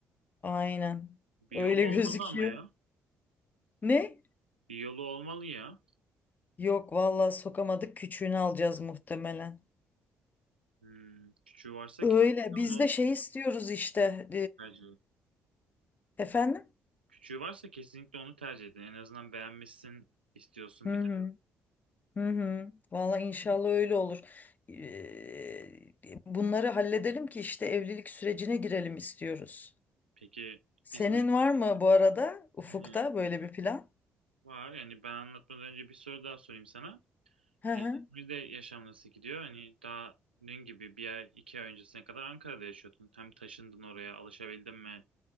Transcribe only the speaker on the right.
Bir
yolu
olmalı ama ya.
Bir yolu olmalı ya.
Hmm. Küçüğü varsa
kesinlikle
onu
tercih edin.
Küçüğü varsa kesinlikle onu tercih edin. En azından beğenmişsin istiyorsun
bir de.
Peki
İzmir,
ee,
Var yani ben anlatmadan önce bir soru daha sorayım sana.
E,
İzmir'de yaşam nasıl gidiyor? Hani daha dün gibi bir ay iki ay öncesine kadar Ankara'da yaşıyordun. Hem taşındın oraya alışabildin mi?